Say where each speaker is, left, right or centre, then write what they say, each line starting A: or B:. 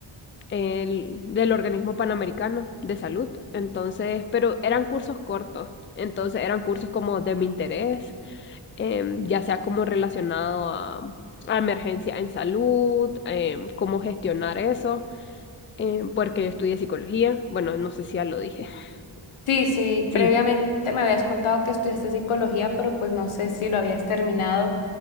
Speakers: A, on the left (about 25°); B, on the left (about 85°).
A: el- del Organismo Panamericano de Salud. Entonces, pero eran cursos cortos. Entonces eran cursos como de mi interés, em, ya sea como relacionado a, a emergencia en salud, em, cómo gestionar eso, em, porque yo estudié psicología. Bueno, no sé si ya lo dije. <laughs>
B: Sí, sí,
A: Sí.
B: previamente me habías contado que estudiaste psicología, pero pues no sé si lo habías terminado.